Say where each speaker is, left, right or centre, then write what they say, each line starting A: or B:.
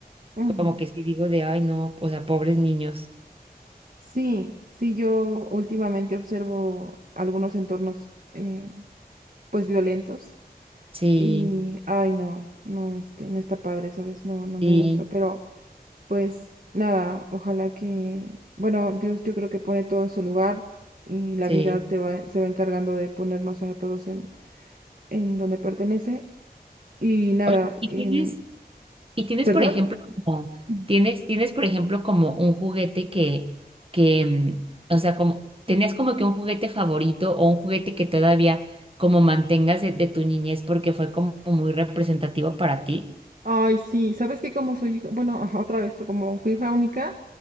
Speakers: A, on the right (about 55°); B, on the right (about 35°).
A: Ujú.
B: Como que sí digo de, ay, no, o sea, pobres niños.
A: Sí, sí, yo últimamente observo algunos entornos, eh, pues violentos
B: Sí,
A: y, ay, no, no, este, no está padre, ¿sabes? No, no me
B: sí,
A: gusta, pero pues nada, ojalá que, bueno, Dios yo creo que pone todo en su lugar y la
B: sí.
A: vida te va, se va encargando de ponernos a todos en, en donde pertenece. Y nada,
B: Oye, y
A: em,
B: tienes, y tienes,
A: ¿perdón?
B: por ejemplo, como,
A: Mm.
B: tienes, tienes, por ejemplo, como un juguete que, que, mm, o sea, como, tenías como que un juguete favorito o un juguete que todavía como mantengas de, de tu niñez porque fue como muy representativo para ti.
A: Ay, sí, sabes que como soy hija, bueno, ajá, otra vez, como fui hija única,